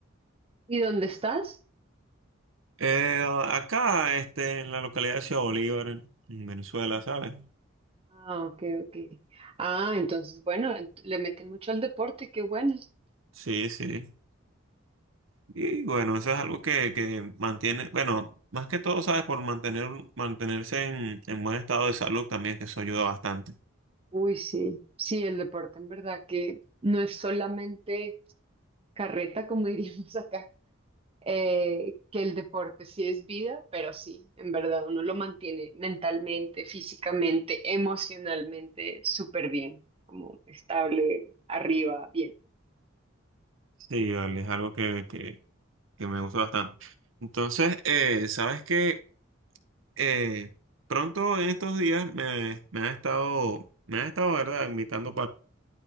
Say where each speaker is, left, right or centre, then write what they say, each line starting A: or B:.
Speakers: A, on the right; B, on the right.
A: ¿Y dónde estás?
B: Eh, acá, este, en la localidad de Ciudad Bolívar, en Venezuela, ¿sabes?
A: Ah, ok, ok. Ah, entonces, bueno, ent- le meten mucho al deporte, qué bueno.
B: Sí, sí. Y bueno, eso es algo que, que mantiene, bueno, más que todo, ¿sabes? Por mantener, mantenerse en, en buen estado de salud también, que eso ayuda bastante.
A: Uy, sí, sí, el deporte en verdad que no es solamente carreta, como <laughs> diríamos acá, eh, que el deporte sí es vida, pero sí, en verdad uno lo mantiene mentalmente, físicamente, emocionalmente súper bien, como estable, arriba, bien.
B: Sí, vale, es algo que, que, que me gusta bastante. Entonces, eh, ¿sabes qué? Eh, pronto en estos días me, me han estado, me han estado, ¿verdad? Invitando